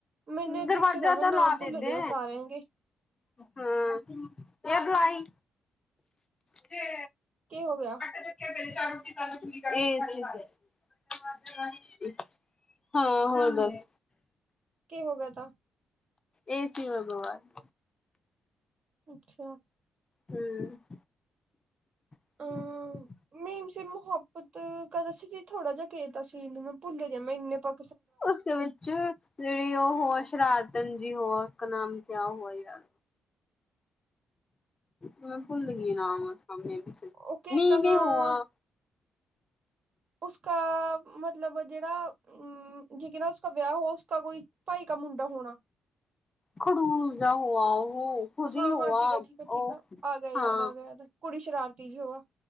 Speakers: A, on the right; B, on the left.
A: ਮੈਨੇ
B: ਦਰਵਾਜਾ
A: ਦੇਖਿਆ ਮੈਂ
B: ਤਾਂ
A: ਨਾਮ
B: ਲਾ
A: ਭੁੱਲ
B: ਦੇਦੇ।
A: ਗਿਆ ਸਾਰਿਆਂ ਦੇ
B: ਹਾ ਇਹ ਬਲਾਈ ਤੇ
A: ਕੀ ਹੋ ਗਿਆ
B: ਫ ਚ ਰੋ ਇਹ ਠੀਕ ਆ ਹਾਂ ਹੋਰ ਗੱਲ
A: ਹੋਗਾ ਤਾਂ
B: ਏ ਸੀ ਭਗਵਾਨ
A: ਅੱਛਾ
B: ਹਮ ਹਮ
A: ਅਮ ਮੇਮ ਸੀ ਮੁਹੱਬਤ ਕਦਾ ਸੀ ਜ ਥੋੜਾ ਜਿਹਾ ਕੇਤਾ ਸੀਨੂੰ ਮੈਂ ਭੁੱਲ ਜਾ ਮੈਂ ਇੰਨੇ ਪ
B: ਉਸਦੇ ਵਿੱਚ ਜਿਹੜੀ ਉਹ ਹੋ ਸ਼ਰਾਰਤਨ ਜੀ ਹੋ ਉਸਦਾ ਨਾਮ ਕਿਆ ਹੋ ਯਾਰ ਮੈਂ ਭੁੱਲ ਗਈ ਨਾਮ ਮੈਂ
A: ਉਹ ਕੇ
B: ਮੀਂਵੇ
A: ਕਹਾਂ
B: ਹੋਆ
A: ਉਸਕਾ ਮਤਲਬ ਜਿਹੜਾ ਹਮ ਜੇਕਹ ਨਾ ਉਸ ਵਿਆਹ ਹੋ ਉਸ ਕੋਈ ਭਾਈ ਕਾ ਮੁੰਡਾ ਹੋਣਾ
B: ਖੜੂਰ ਜਾ ਉਹਆ ਉਹ ਖੁਦ ਹੀ
A: ਹਾਂ
B: ਹੋਆ
A: ਹਾਂ ਠੀਕ ਹੈ ਠੀਕ ਹੈ ਠੀਕ
B: ਉਹ
A: ਆ ਗਿਆ ਯਾਦ
B: ਹਾਂ
A: ਆ ਗਿਆ ਯਾਦ ਕੁੜੀ ਸ਼ਰਾਰਤੀ ਜੀ ਹੋ